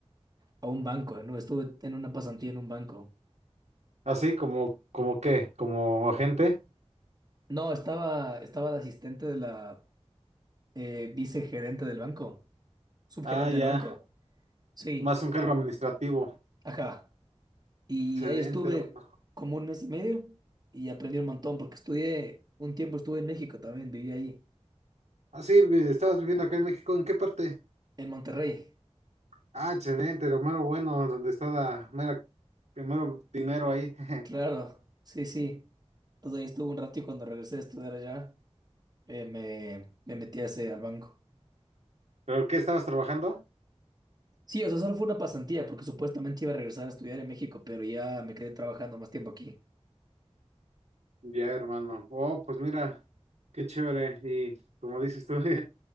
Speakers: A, on the right (about 35°); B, on the right (about 85°).
A: a un banco, ¿no? Estuve en una pasantía en un banco.
B: Así como, como qué, como agente.
A: No, estaba, estaba de asistente de la eh, vicegerente del banco, subgerente
B: Ah, ya,
A: del banco. Sí,
B: más un cargo administrativo.
A: Ajá. Y
B: Excelente,
A: ahí estuve
B: hermano.
A: como un mes y medio y aprendí un montón porque estudié, un tiempo estuve en México también, viví ahí,
B: Ah, sí, vi- estabas viviendo acá en México, ¿en qué parte?
A: en Monterrey.
B: Ah, excelente, lo mero bueno, donde está la mera, el mero dinero ahí. <laughs>
A: Claro, sí, sí. Entonces ahí estuve un rato y cuando regresé a estudiar allá, eh, me, me metí a ese, al banco.
B: ¿Pero qué estabas trabajando?
A: Sí, o sea, solo fue una pasantía porque supuestamente iba a regresar a estudiar en México, pero ya me quedé trabajando más tiempo aquí.
B: Ya, hermano. Oh, pues mira, qué chévere. Y como dices tú,